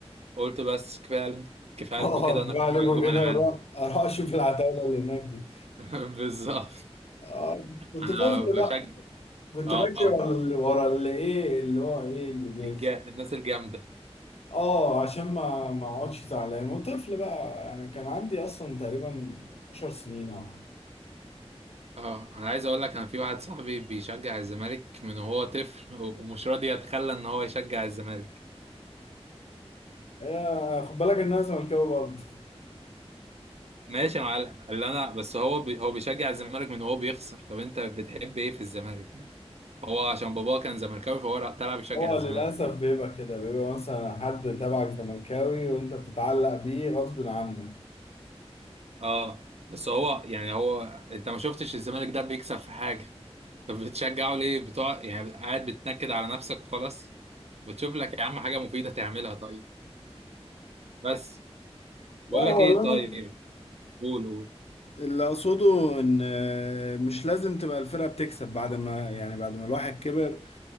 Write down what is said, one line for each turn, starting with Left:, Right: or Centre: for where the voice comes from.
Right: قلت بس كفايه عليك- كفايه
Left: اه
Right: عليكم كده انا رايح
Left: بقى
Right: مع
Left: عليكم
Right: نجوم
Left: كده
Right: العالم
Left: أروح أروح أشوف العتاولة اللي هناك دي
Right: <laughs> بالظبط
Left: آه، كنت
Right: انا
Left: طفل
Right: بشجع
Left: بقى كنت
Right: اه
Left: بجري
Right: اه
Left: ورا ال- ورا اللي إيه اللي هو إيه اللي بيكسب
Right: الج... الناس الجامده
Left: اه عشان ما ما اقعدش زعلان وطفل بقى يعني كان عندي اصلا تقريبا 10 سنين او حاجه
Right: اه انا عايز اقول لك انا في واحد صاحبي بيشجع الزمالك من وهو طفل و- ومش راضي يتخلى ان هو يشجع الزمالك
Left: آه، خد بالك ان انا زملكاوي برضه
Right: ماشي يا معلم اللي انا بس هو بي... هو بيشجع الزمالك من وهو بيخسر طب انت بتحب ايه في الزمالك يعني هو عشان باباه كان زملكاوي فهو را- طلع بيشجع
Left: <laughs> هو
Right: الزمالك
Left: للاسف بيبقى كده بيبقى مثلا حد تبعك زملكاوي وانت بتتعلق بيه غصب عنك
Right: اه بس هو يعني هو انت ما شفتش الزمالك ده بيكسب في حاجة طب بتشجعه ليه بتوع يعني قاعد بتنكد على نفسك وخلاص بتشوف لك يا عم حاجة مفيدة تعملها طيب بس
Left: لا
Right: بقول لك
Left: هو
Right: ايه
Left: اللي
Right: طيب
Left: انا
Right: قول قول
Left: اللي اقصده ان آه، مش لازم تبقى الفرقه بتكسب بعد ما يعني بعد ما الواحد كبر